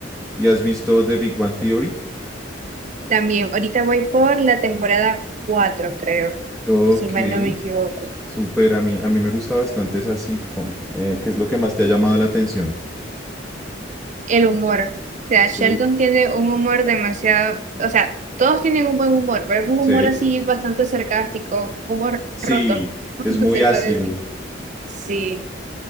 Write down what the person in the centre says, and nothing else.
¿Y has visto The Big Bang Theory?
Ok,
súper, a mí, a mí me gusta bastante esa sitcom. Eh, ¿qué es lo que más te ha llamado la atención?
Sí.
Sí.
Sí,
es
muy
ácido.